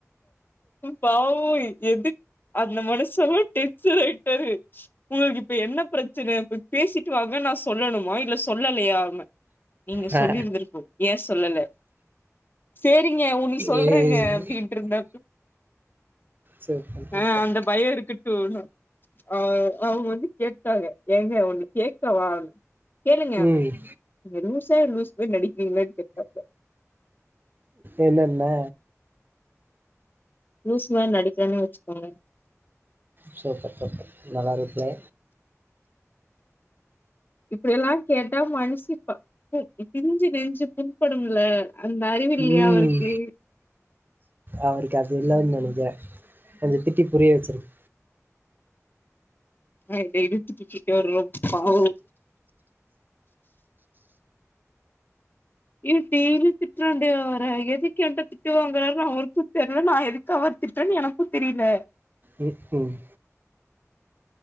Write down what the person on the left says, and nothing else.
பாவ எது அந்த மனுசல்லா டென்சன் ஆயிட்டாரு உனக்கு இப்ப என்ன பிரச்சன போய் பேசிட்டு வாங்க நான் சொல்லணுமா இல்ல சொல்லலையா நீங்க
சொல்லிருந்தருப்போ ஏன் சொல்லல சரிங்க உ நீ சொல்றங்க
அப்படின் இருந்தா
ஆஹ் அந்த பயம் இருக்கட்டும் ஓ அஹ் அவங்க வந்து கேட்டாங்க ஏங்க ஒண்ணு கேட்கவா கேளுங்கனே
நீங்க லூசா லூஸ் மாதிரி நடிக்கிறீங்களன்னு கேட்டாப்ப
லூஸ் மாரி நடிக்கிறேனே வச்சுக்கோங்க
இப்படியெல்லா கேட்டா மனுசி பிஞ்சு நெஞ்சு புண்படும்ல அந்த அறிவு இல்லையா
அவருக்கு
அப்டின்ட்டு திட்டிட்டாருங்க பாவ ஏ டெய்லி திட்டுறேன்டே அவர எதுக்கு என்கிட்ட திட்டுவாங்கறாருன்னு அவருக்கு தெரியல நான் எதுக்கு அவர திட்றேன்னு எனக்கு தெரியல